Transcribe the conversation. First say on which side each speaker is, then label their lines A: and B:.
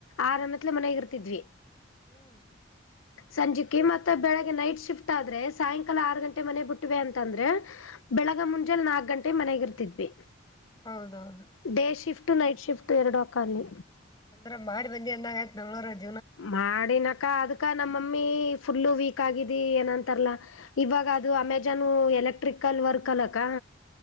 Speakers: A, on the left; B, on the left.
A: ಆರಂದತ್ಲೆ ಮನಾಗ ಇರ್ತಿದ್ವಿ
B: ಹ್ಮ್
A: ಸಂಜೆಕ ಮತ್ತೆ ಬೆಳಿಗ್ಗೆ ನೈಟ್ ಶಿಫ್ಟ್ ಆದ್ರೆ ಸಾಯಂಕಾಲ ಆರು ಗಂಟೆ ಮನೆ ಬಿಟ್ಟಿವೆ ಅಂತಂದ್ರೆ ಬೆಳಗ್ಗ ಮು ಲ್ಲಿ ನಾಲ್ಕು ಗಂಟೆ ಮನೆಗೆ ಇರ್ತಿದ್ವಿ
B: ಹೌದೌದು
A: ಡೇ ಶಿಫ್ಟ್ ಉ ನೈಟ್ ಶಿಫ್ಟ್ ಎರಡು ಅಕ್ಕ ಅಲ್ಲಿ
B: ಅಂದ್ರ ಮಾಡಿ ಬಂದಿ ಅಂದಂಗಾಯ್ತು ಬೆಂಗಳೂರಲ್ಲಿ
A: ಮಾಡಿನಕ ಅದ್ಕ ನಮ್ಮಮ್ಮಿ ಫುಲ್ಲು ವೀಕ್ ಆಗಿದಿ ಏನಂತಾರಲ್ಲಾ ಇವಾಗ ಅದು ಅಮೆಜಾನ್ ಎಲೆಕ್ಟ್ರಿಕಲ್ ವರ್ಕ್ ಅಲಕ್ಕ